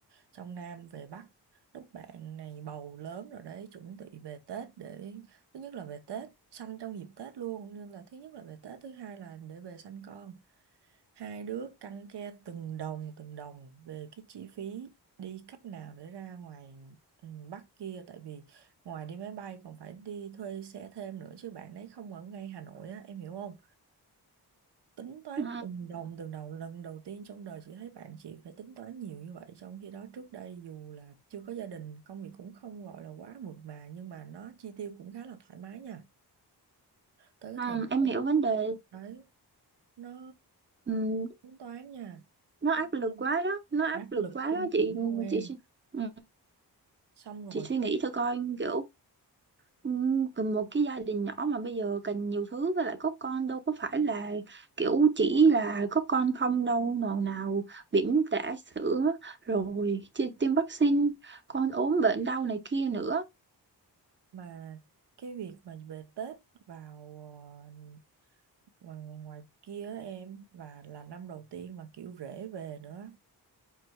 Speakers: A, on the right (about 80°); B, on the right (about 30°).
A: trong Nam về Bắc. Lúc bạn này bầu lớn rồi đấy, chuẩn bị về Tết để thứ nhất là về Tết, sanh trong dịp Tết luôn nên là thứ nhất là về Tết, thứ hai là để về sanh con. Hai đứa căng ke từng đồng từng đồng về cái chi phí đi cách nào để ra ngoài ừ, Bắc kia tại vì ngoài đi máy bay còn phải đi thuê xe thêm nữa chứ bạn đấy không ở ngay Hà Nội á, em hiểu không? tính toán
B: Ừ,
A: từng đồng từng đồng lần đầu tiên trong đời chị thấy bạn chị phải tính toán nhiều như vậy trong khi đó trước đây dù là chưa có gia đình công việc cũng không gọi là quá mượt mà nhưng mà nó chi tiêu cũng khá là thoải mái nha tới cái
B: ừ,
A: thời điểm
B: em
A: đó
B: hiểu vấn đề.
A: đấy nó
B: Ừ,
A: tính toán nha
B: nó
A: tính
B: áp lực
A: em
B: quá đó, nó áp
A: áp
B: lực
A: lực
B: quá
A: kinh
B: đó chị
A: khủng
B: Ừ,
A: luôn em
B: chị suy- Ừ.
A: xong rồi
B: chị suy nghĩ
A: tính
B: thôi coi kiểu ừm, cần một cái gia đình nhỏ mà bây giờ cần nhiều thứ với lại có con đâu có phải là kiểu chỉ là có con không đâu nào nào bỉm trả sữa rồi chi- tiêm vaccine con ốm bệnh đau này kia nữa
A: mà cái việc mà về Tết vào ờ, ngoài, ngoài kia á em và là năm đầu tiên mà kiểu rể về nữa